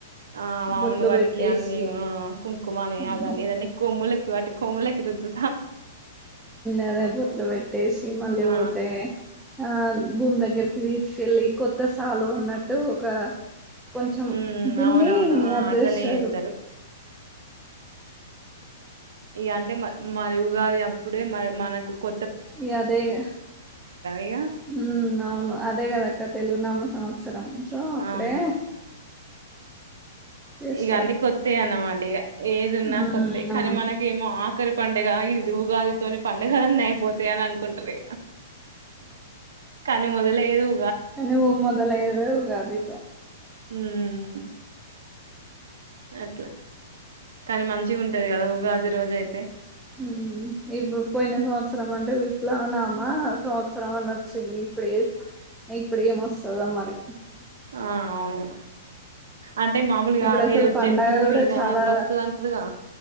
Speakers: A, on the right; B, in the centre.
A: ఆ అవును
B: బొట్లు
A: వాటికి
B: పెట్టేసి
A: అన్ని కుంకుమని
B: ఉమ్
A: అదని ఇదన్న కొమ్ముల కివా అ కొమలకి రదు
B: అదే బొట్లు పెట్టేసి మళ్ళీ
A: ఆ
B: పోతే ఆ భూమి దగ్గరికి తీసుకెళ్ళి కొత్త సాలు అన్నట్టు ఒక కొంచెం
A: ఉమ్
B: దున్ని
A: అవునవును ఆ
B: అది
A: అట్లనే
B: చేస్తారు
A: చేత్తరు ఇక అంటే మ మరి ఉగాది అప్పుడే మరి మనకు కొ
B: ఈ అదేగ
A: ఇగ
B: ఉ అవును అదే అద కా తెలుగు నామ సంవత్సరం చో అప్పుడే
A: అవును
B: చేస్తారు
A: ఇక అన్ని కొత్తాయి అన్నమాట ఇక ఏదిన్నా
B: ఉమ్
A: కొత్తాయి కానీ
B: అవును
A: మనకేమో ఆఖరి పండుగ ఇదిది ఉగాదితోని పండుగ అన్నీ అయిపోతాయి అని అనుకుంటారు కానీ మొదలే లేవు
B: అవును మొదలైతే ఉగాది తో
A: హమ్ అట్లా కానీ మంచిగా ఉంటది కదా ఉగాది రోజ అయితే
B: ఉమ్, ఇప్పుడు పోయిన సంవత్సరం అంటే విప్లానామా సంవత్సరం అని వచ్చింది ఇప్పుడ ఇప్పుడ ఏమొస్తుందో మరి
A: ఆహ్ అవును అంటే మామూలుగా
B: ఇప్పుడు అసలు
A: ఏదో
B: పండగ
A: జంతువు
B: కూడా
A: మీద
B: చాలా
A: అట్లా వస్తుంది అంటారుగా